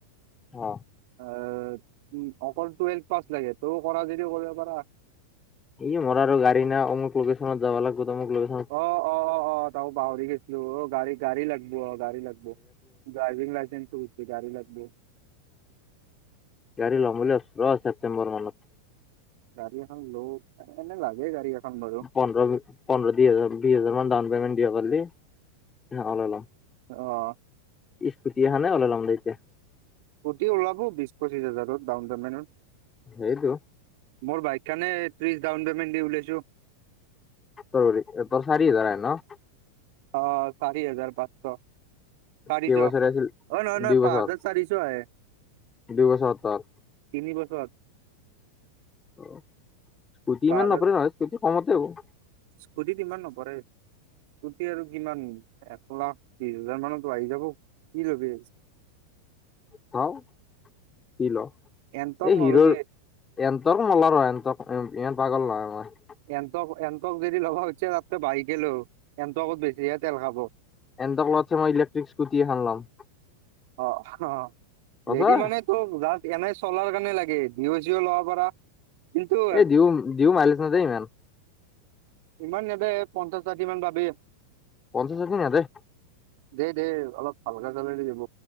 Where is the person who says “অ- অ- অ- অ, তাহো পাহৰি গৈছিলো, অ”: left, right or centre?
Right